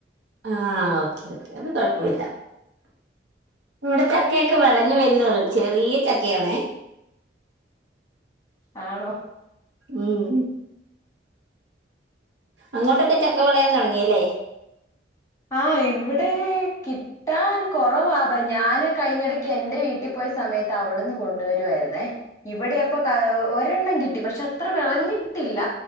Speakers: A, on the right (about 80°); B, on the left (about 15°).
A: ആ ഓക്കേ ഓക്കേ അത് കൊഴപ്പോല്ല ഇവിടെ ചക്കയൊക്കെ വെളഞ്ഞു വരുന്നേ ഒള്ളൂ ചെറിയ ചക്കയാണേ
B: ആണോ
A: ഉം അങ്ങോട്ടൊക്കെ ചക്ക വിളയാൻ തുടങ്ങിയല്ലേ
B: ആ ഇവിടെ കിട്ടാൻ കുറവാ ഞാൻ കഴിഞ്ഞയിടയ്ക്ക് എൻ്റെ വീട്ടിൽ പോയ സമയത്ത് അവിടെന്ന് കൊണ്ടുവരുമായിരുന്നേ ഇവിടെ അവിടെ ഒരെണ്ണം കിട്ടി പക്ഷേ അത്ര വിളഞ്ഞിട്ടില്ല.